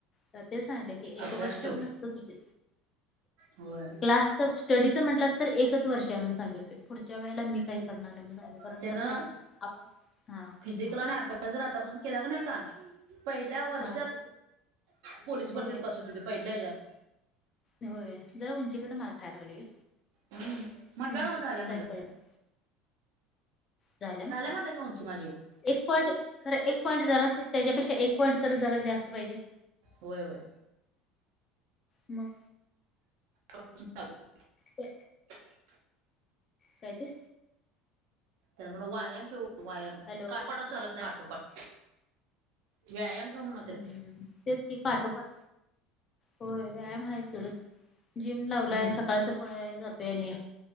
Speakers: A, on the left; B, on the right.
A: तर ते सांगितल की
B: अभ्यास
A: एक वर्षच
B: ठेव
A: नुसतं तुझे
B: होय
A: क्लास. स्टडीचं म्हटलास तर एकच वर्ष आहे म्हणून सांगितलोय,, पुढच्या च्या वेळेला मी काही करणार म्हणून सांगितलोय, कारण
B: त्यानं
A: कसं आहे आपण, हा.
B: फिजिकल न जर आतापासनं केला क नाही आता पहिल्या वर्षात,
A: हा
B: पोलीस भरतीत
A: होय
B: पास होतोय तो पहिल्या हज्यात.
A: होय,, जरा उंचीकडं मार खाया लागलय ग,
B: हम्म म्हटला
A: की उंचीच
B: ना झाल्या म्हणला
A: काय कळेना. झाल्या म्हटला.
B: म्हटलं की उंची माझी
A: एक पॉईंट, खरं एक पॉईंट जराच त्याच्यापेक्षा एक पॉईंट तर जरा जास्त पाहिजे.
B: होय होय.
A: मग.
B: चालतंय.
A: ते काय ते.
B: त्याला म्हणून व्यायाम ठेव, व्यायाम ठेव,
A: हॅलो
B: काटोकाट असं चालत नाही काठोकाठ. व्यायाम ठेव म्हण
A: हम्म, तेच की काठोकाट होय व्यायाम हाय सोड,, जिम लावलाय
B: हम्म
A: सकाळचं पळायला जातोय आणि.